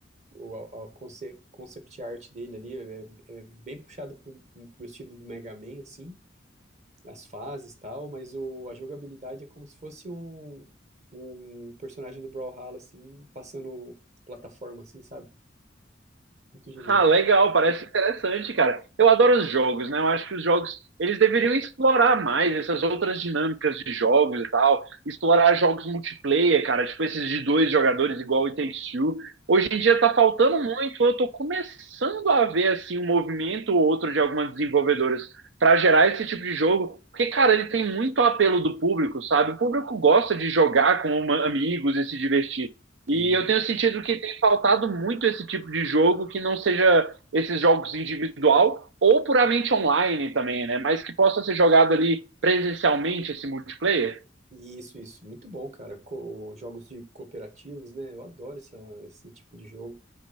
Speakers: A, on the right; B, on the right.
A: o, a a conce- concept art dele ali é, é bem puxado pro, pro estilo do Mega Man, assim. as fases e tal, mas o, a jogabilidade é como se fosse um, um personagem do Brawlhalla, assim, passando plataforma, assim, sabe? Muito genial.
B: Ah, legal, parece interessante, cara. Eu adoro os jogos, né? Eu acho que os jogos, eles deveriam explorar mais essas outras dinâmicas de jogos e tal, explorar jogos multiplayer, cara, tipo esses de dois jogadores igual o It Takes Two. Hoje
A: Isso.
B: em dia tá faltando muito, eu tô começando a ver assim um movimento ou outro de algumas desenvolvedoras para gerar esse tipo de jogo, porque cara, ele tem muito apelo do público, sabe? O público gosta de jogar com uma- amigos e se divertir. E
A: Sim.
B: eu tenho sentido que tem faltado muito esse tipo de jogo que não seja esses jogos individual ou puramente online também, né? Mas que possa ser jogado ali presencialmente esse multiplayer.
A: Isso, isso. Muito bom, cara. Co- jogos de cooperativos, né? Eu adoro essa, esse tipo de jogo.